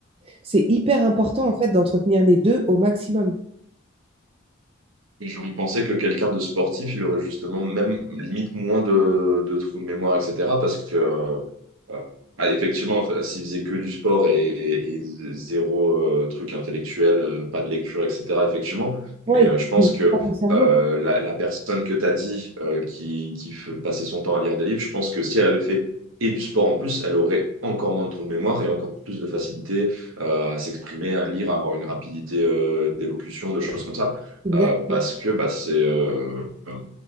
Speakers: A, on the right; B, on the right.
A: C'est hyper important, en fait, d'entretenir les deux au maximum.
B: Et j'aurais pensé que quelqu'un de sportif, il aurait justement même limite moins de, de trous de mémoire, etc. Parce que euh, Euh, ah, effectivement, enfin, s'ils faisaient que du sport et, et- et zéro euh, truc intellectuel, euh, pas de lecture, etc., effectivement.
A: Oui,
B: Mais euh, je pense que
A: le cerveau,
B: euh, la, la personne que tu as dit euh, qui, qui f- passait son temps à lire des livres, je pense que si elle avait fait et du sport en plus, elle aurait encore moins de trous de mémoire et encore plus de facilité euh, à s'exprimer, à lire, à avoir une rapidité euh, d'élocution, de choses comme ça.
A: exactement.
B: Euh, parce que bah, c'est. euh, euh,